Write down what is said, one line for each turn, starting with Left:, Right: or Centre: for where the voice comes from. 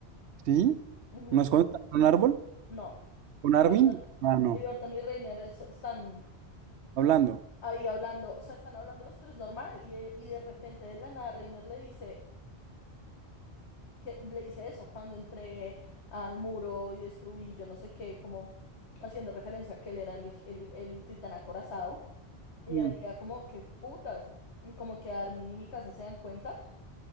Right: ¿Sí?
Left: Ujú,
Right: ¿No es cuando están en un árbol?
Left: No.
Right: ¿Con
Left: Y
Right: Armin?
Left: Bertolt
Right: Ah, no.
Left: y, Bertolt y Reiner es- están
Right: Hablando.
Left: ahí hablando, o sea, están hablando los tres normal y, de- y de repente de la nada Reiner le dice, que, le dice eso, cuando entré al muro y destruí, yo no sé qué, como haciendo referencia a que él era el, el el titán acorazado. Y
Right: Mm.
Left: Eren queda como, que putas, como que Armin y Mikasa se dan cuenta,